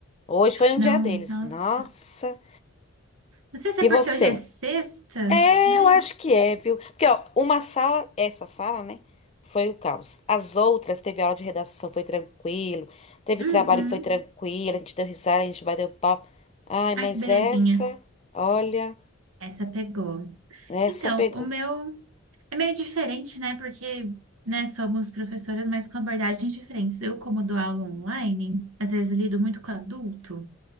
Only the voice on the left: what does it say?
Hoje foi um
dia deles.
Nossa.
E
você?
É,
eu acho que é, viu? Porque, ó, uma sala, essa sala, né? Foi o caos. As outras, teve aula de redação, foi tranquilo. Teve
trabalho, foi tranquilo. A gente deu risada, a gente bateu papo. Ai, mas
essa, olha,
essa
pegou.